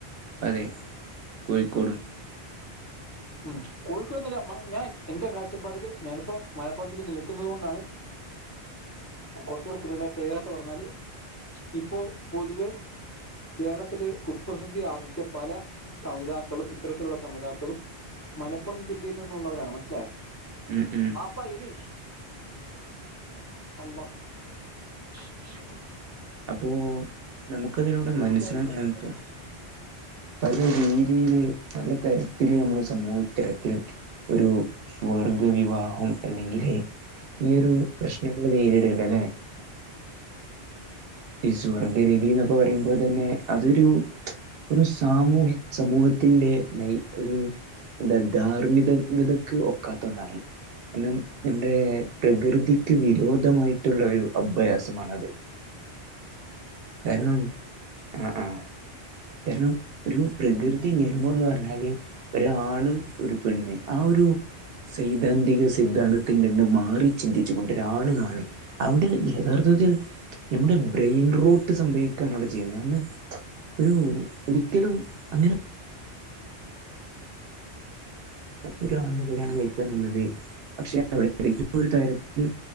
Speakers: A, on the right (about 65°); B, on the left (about 20°).
A: അതേ കോഴിക്കോട് ഉ
B: ഉം കോഴിക്കോട് ന്ന് അല്ല. മ ഞാൻ എന്റെ കാഴ്ചപ്പാടില് ഞാനിപ്പോ മലപ്പുറംജില്ലെ നിൽക്കുന്നുന്നത് കൊണ്ടാണ് കുറച്ചൂടെ ക്രിയ ക്രിയറായിട്ട് പറഞ്ഞാല് ഇപ്പൊ പൊതുവെ കേരളത്തില് കുപ്രസിദ്ധി ആർജിച്ച പല കമിതാക്കളും ഇത്തരത്തിലുള്ള കമിതാക്കൾ.... ളും മലപ്പുറം ജില്ലയിൽ നിന്നുള്ളവരാണ് മനസ്സിലയോ
A: ഉം... ഉം...
B: പയില് അള്ള... ശ് ശ്
A: അപ്പോൊ നമുക്കതിലൂടെ
B: പെരിച്ചാഴി
A: മനസ്സിലാവുന്നതെന്താ
B: പെരിച്ചാഴി
A: പല രീതിയില് പല തരത്തില് നമ്മള് സമൂഹത്തിരക്കിൽ ഒരു സ്വർഗ വിവാഹം അല്ലെങ്കില്... ഈ ഒരു പ്രശ്നങ്ങള് നേരിടണ്ട അല്ലേ ഈ സ്വർഗരീതി എന്നൊക്കെ പറയുമ്പോൾ തന്നെ അതൊരു ഒരു സാമൂഹി സമൂഹത്തിന്റെ നെയ് ഒരു ധ ധാർമ്മിത തതയക്ക് ഒക്കാത്ത ഒന്നാണ് കാരണം നമ്മുടെ പ്രകൃതിക്ക് വിരോധമായിട്ടുള്ള ഒരു അഭ്യാ സമാണത്. കാരണം
B: അതെ
A: ആഹ ആഹ.. കാരണം ഒരു പ്രകൃതി നിയമം എന്ന് പറഞ്ഞാല്.. ഒരാണ്, ഒരു പെണ്ണ് ആ ഒരു.. സൈദ്ധാന്തിക സിദ്ധാന്തത്തിൽ നിന്ന് മാറി ചിന്തിച്ചുകൊണ്ട് രാണ് കാണി അവിടെ യഥാർത്ഥത്തിൽ നമ്മുടെ ബ്രെയിൻ റോട്ട്.. സംഭവിക്കാണ് അവിടെ ചെയ്യുന്നത് അ ഒരു ഒരിക്കലും... അങ്ങനെ ഒരാണ് കല്യാണം കഴിക്കാ എന്നുള്ളത് പക്ഷെ അറേഞ്ച്ഡ് മാര്യേജ് ന്റെ കാര്യത്തിൽ